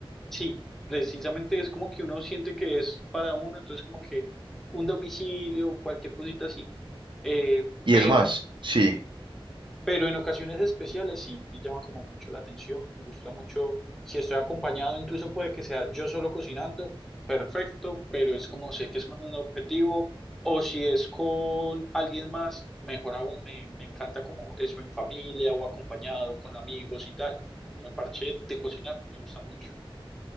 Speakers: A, in the centre; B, on the right.
A: Sí, precisamente es como que uno siente que es para uno, entonces como que un domicilio, cualquier cosita así, eh,
B: Y
A: pero
B: es más,
A: en,
B: sí.
A: pero en ocasiones especiales sí me llama como mucho la atención, me gusta mucho, si estoy acompañado, incluso puede que sea yo solo cocinando, perfecto, pero es como sé que es con un objetivo, o si es con alguien más, mejor aún, me, me encanta como eso en familia o acompañado con amigos y tal, como el parche de cocinar, me gusta mucho.